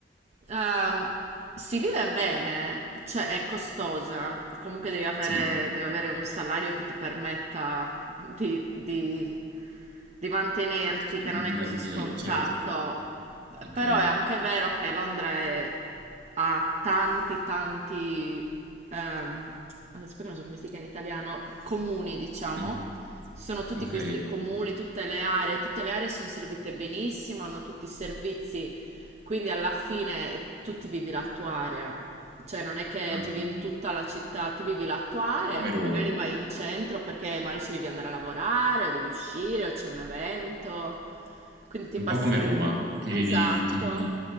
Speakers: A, on the right; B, on the right.
A: Ehm, si vive bene, cioè è costosa, comunque devi avere,
B: Sì,
A: devi avere un salario che ti permetta di, di- di mantenerti,
B: che- di,
A: che non
B: di,
A: è così
B: che-
A: scontato,
B: certo. Ok.
A: però è anche vero che Londra è- ha tanti, tanti, ehm, adesso poi non so come si chiama in italiano, comuni, diciamo.
B: Mm.
A: Ci sono tutti
B: Ok.
A: questi comuni, tutte le aree, tutte le aree sono servite benissimo, hanno tutti i servizi quindi alla fine tu ti vivi la tua area, cioè non è che
B: Ah, Un
A: vivi in tutta la città, ti vivi la tua
B: po'
A: area
B: come
A: e poi
B: Roma.
A: magari vai in centro perché magari ci devi andare a lavorare o devi uscire o c'è un evento, quindi ti
B: Un
A: passi...
B: po' come Roma. Ti
A: Esatto.
B: vivi, ti vivi,